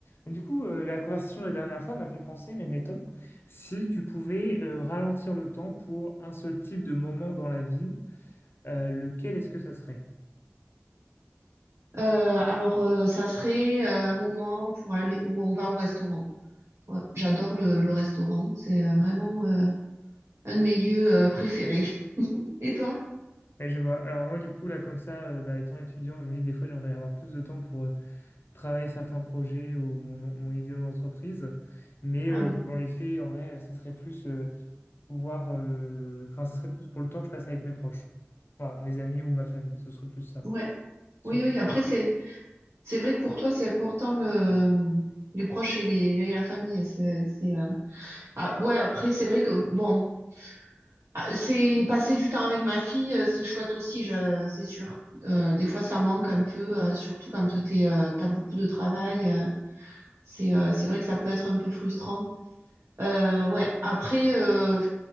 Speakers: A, on the left; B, on the right.
A: Du coup, euh, la conversation de la dernière fois m'a fait penser, mais mettons, si tu pouvais euh, ralentir le temps pour un seul type de moment dans la vie, euh, lequel est-ce que ça serait?
B: Euh, alors, euh, ça serait euh, un moment pour aller où on va au restaurant. Ouais, j'adore le, le restaurant, c'est euh, vraiment euh, un de mes lieux euh, préférés. <laughs> Et toi?
A: Et je vois. Alors moi, du coup, là, comme ça, euh, bah, étant étudiant, je me dis des fois, j'aimerais avoir plus de temps pour euh, travailler certains projets ou mon, mon idée d'entreprise. Mais
B: Ah
A: euh,
B: oui,
A: dans les faits, en vrai, ça serait plus euh, pouvoir... euh, Enfin, ça serait plus pour le temps que je passe avec mes proches. Enfin, mes amis ou ma famille, ce serait plus ça.
B: ouais,
A: Surtout
B: oui, oui. Après,
A: que... euh,
B: c'est c'est vrai que pour toi, c'est important le les proches et les et la famille. C'est c'est euh, ah ouais. Après, c'est vrai que bon, ah, c'est passer du temps avec ma fille, euh, c'est chouette aussi, je, c'est sûr. Euh, des fois, ça manque un peu, euh, surtout quand t'es euh, t'as beaucoup de travail. euh, c'est euh, c'est vrai que ça peut être un peu frustrant. Euh, ouais, après, euh,